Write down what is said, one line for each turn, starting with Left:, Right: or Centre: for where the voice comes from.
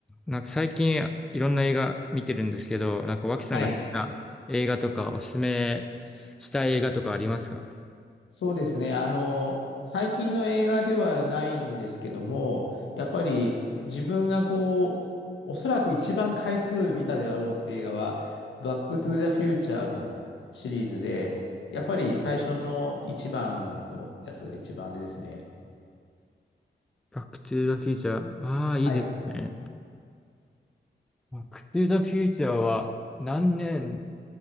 Centre: なんか最近いろんな映画見てるんですけど、なんか脇さんが好きな映画とかおすすめ
Left: はい。
Centre: したい映画とかありますか
Left: そうですね。あの、最近の映画ではないんですけども、やっぱり自分がこう、おそらく一番回数見たであろうっていう映画は、バックトゥザフューチャーのシリーズで、やっぱり最初の一番のやつが一番あれですね。
Centre: バックトゥーザフューチャー。ああ、いいですね。
Left: はい。
Centre: バックトゥーザフューチャーは何年